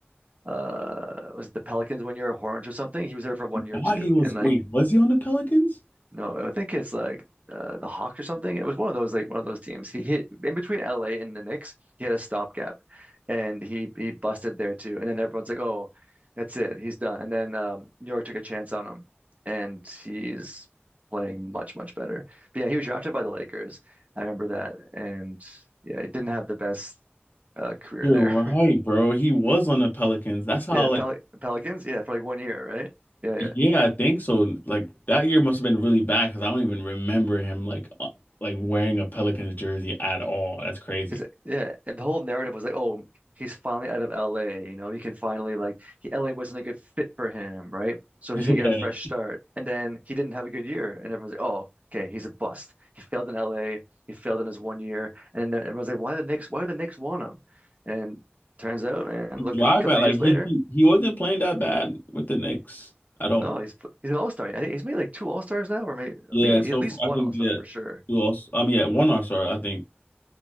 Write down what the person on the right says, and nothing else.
uh was it the Pelicans one year or Hornets or something? He was there for one year
too.
And like
no, I think it's like uh, the Hawks or something. It was one of those like one of those teams. He hit in between LA and the Knicks. He had a stopgap, and he he busted there too. And then everyone's like, "Oh, that's it. He's done." And then um, New York took a chance on him, and he's playing much much better. But yeah, he was drafted by the Lakers. I remember that, and yeah, he didn't have the best uh, career
there.
<laughs>
Yeah,
Pel Pelicans. Yeah, for like one year, right? Yeah,
yeah.
Because
yeah, and the whole narrative was like, oh, he's finally out of LA. You know, he can finally like he, LA wasn't a good fit for him, right? So
he's gonna get a fresh start. And then he didn't have a good year, and everyone's like, oh, okay, he's a bust. He failed in LA. He failed in his one year. And then everyone's like, why the Knicks? Why do the Knicks want him? And turns out, man,
look, a couple
years
later,
no, he's he's an all-star. I think he's made like two all-stars now, or maybe
at least,
at least
one
all-star
for sure.